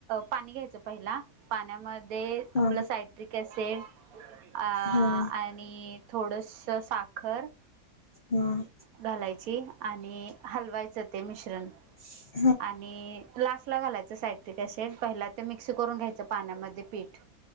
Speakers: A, on the right; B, on the left.
A: पाणी घ्यायचं पहिला पाण्यामध्ये आपलं
B: हा
A: साइ ट्रिक ऍसिड आणि आ
B: हा हा
A: आणि थोडसा साखर
B: हां.
A: घालायची आणि हलवायचं ते मिश्रण.
B: <inaudible>
A: आणि लास्टला घालायचं सायट्रिक ऍसिड पहिला ते मिक्स करून घ्यायचं पाण्यामध्ये पीठ